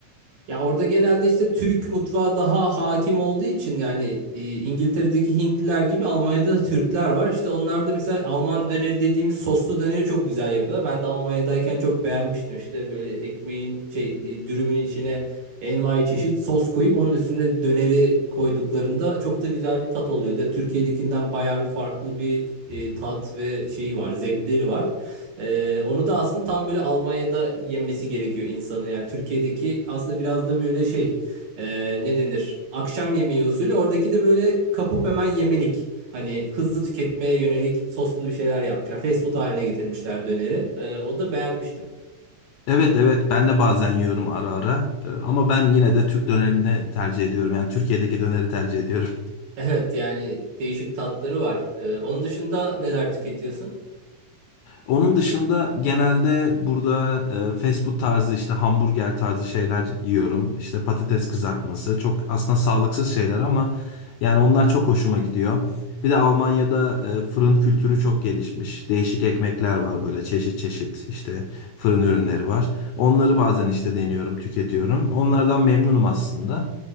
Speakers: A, on the right; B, on the left.
A: Ya orada genelde işte Türk mutfağı daha hakim olduğu için yani e, İngiltere'deki Hintliler gibi Almanya'da da Türkler var. İşte onlar da mesela Alman döneri dediğimiz soslu döneri çok güzel yapıyorlar. Ben de Almanya'dayken çok beğenmiştim. İşte böyle ekmeğin şey e, dürümün içine envai çeşit sos koyup onun üstüne döneri koyduklarında çok da güzel bir tat oluyor. De Türkiye'dekinden bayağı bir farklı bir e, tat ve şeyi var, zevkleri var. Ee, onu da aslında tam böyle Almanya'da yemesi gerekiyor insanı. Yani Türkiye'deki aslında biraz da böyle şey e, ne denir? Akşam yemeği usulü. Oradaki de böyle kapıp hemen yemelik. Hani hızlı tüketmeye yönelik soslu bir şeyler yapmışlar. Fast food haline getirmişler döneri. Ee, o da beğenmiştim.
B: Evet evet ben de bazen yiyorum ara ara E, ama ben yine de Türk dönerini tercih ediyorum. Yani Türkiye'deki döneri tercih ediyorum.
A: Evet yani değişik tatları var. Ee, onun dışında neler tüketiyorsun?
B: Onun dışında genelde burada e, fast food tarzı işte hamburger tarzı şeyler yiyorum. İşte patates kızartması çok aslında sağlıksız şeyler ama yani onlar çok hoşuma gidiyor. Bir de Almanya'da e, fırın kültürü çok gelişmiş. Değişik ekmekler var böyle çeşit çeşit işte fırın ürünleri var. Onları bazen işte deniyorum, tüketiyorum. Onlardan memnunum aslında.